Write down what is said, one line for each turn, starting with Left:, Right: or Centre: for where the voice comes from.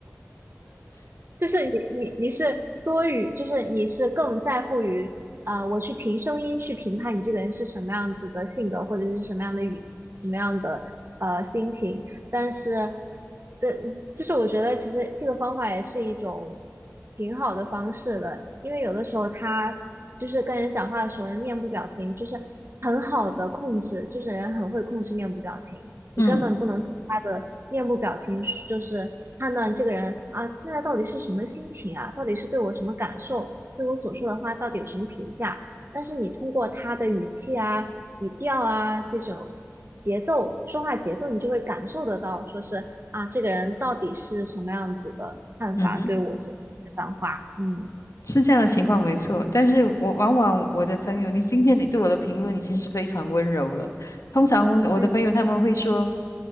Right: 就是你你你是多于，就是你是更在乎于，啊，我去凭声音去评判你这个人是什么样子的性格，或者是什么样的语，什么样的呃心情。但是，的，就是我觉得其实这个方法也是一种挺好的方式的，因为有的时候他就是跟人讲话的时候，人面部表情就是很好的控制，就是人很会控制面部表情。你根本不能从他的面部表情是就是判断这个人啊，
Left: 嗯
Right: 现在到底是什么心情啊，到底是对我什么感受，对我所说的话到底有什么评价。但是你通过他的语气啊、语调啊这种节奏、说话节奏，你就会感受得到，说是啊，这个人到底是什么样子的看法对我所说的这番话，
Left: 嗯哼。
Right: 嗯。
Left: 是这样的情况没错，但是我往往我的朋友，你今天你对我的评论已经是非常温柔了。通常我我的朋友他们会说，
Right: 嗯